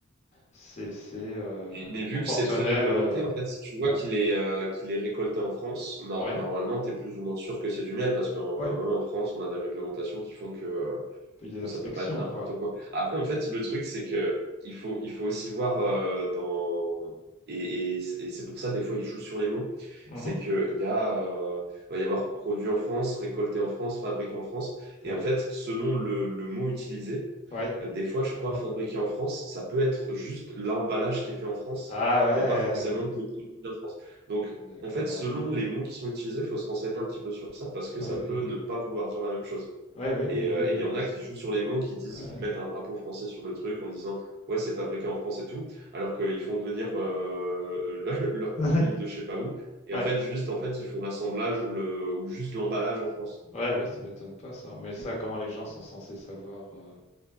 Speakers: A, on the left; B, on the right.
A: c'est c'est, euh,
B: Mais, mais vu
A: proportionnel.
B: que c'est très réglementé,
A: euh,
B: en fait, si tu vois
A: ouais,
B: qu'il est, euh, qu'il est récolté en France, nor-
A: ouais,
B: normalement, tu es plus ou moins sûr que c'est du miel, parce que en-
A: ouais.
B: quand même en France, on a des réglementations qui font que, euh,
A: Puis des
B: que
A: inspections,
B: ça peut pas être n'importe
A: quoi.
B: quoi. Après, en fait, le truc, c'est que il faut, il faut aussi voir euh, dans. Et, et, et c'est pour ça, des fois, ils jouent sur les mots.
A: Mhm.
B: C'est qu'il y a, euh, il va y avoir produit en France, récolté en France, fabriqué en France. Et
A: Ouais,
B: en fait, selon le, le mot utilisé,
A: ouais.
B: euh, des fois, je crois, fabriqué en France, ça peut être juste l'emballage qui est fait en France,
A: Ah ouais.
B: mais pas forcément que le produit vient de France. Donc,
A: D'accord.
B: en fait, selon
A: euh,
B: les mots qui sont utilisés, il faut se renseigner un petit peu sur ça parce que
A: oui,
B: ça peut
A: oui.
B: ne pas vouloir dire la même chose.
A: Ouais, oui,
B: Et
A: oui, oui,
B: euh,
A: oui,
B: et il y en
A: oui.
B: a qui jouent sur les mots, qui disent,
A: Ah
B: qui
A: ouais.
B: te mettent un drapeau français sur le truc en disant, ouais, c'est fabriqué en France et tout, alors qu'ils font venir euh, <laughs> le- leurs
A: <laughs>
B: produits de je sais pas où. Et
A: Ouais.
B: en fait, juste, en fait, ils font l'assemblage ou, le, ou juste l'emballage en France.
A: Ouais, ouais, ça m'étonne pas ça. Mais ça, comment les gens sont censés savoir euh,